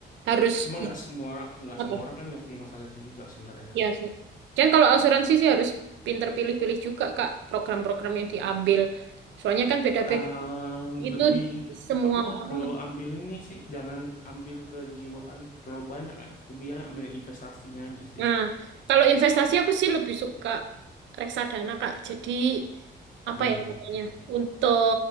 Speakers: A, on the right; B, on the left.
A: harus
B: cuma
A: bi-
B: nggak semua nggak
A: apa?
B: semua orang kan ngerti masalah itu juga sebenarnya
A: Iya sih. Dan kalau asuransi sih harus pinter pilih-pilih juga, Kak, program-program yang diambil. Soalnya kan beda-beda.
B: lah
A: Itu
B: lebih
A: semua
B: tepatnya
A: orang.
B: kalau ambil ini sih jangan ambil kejiwaan terlalu banyak ya lebih enak ambil investasinya aja sih
A: Nah, kalau investasi aku sih lebih suka reksadana, Kak. Jadi apa
B: Hmm.
A: ya namanya?
B: gitu.
A: Untuk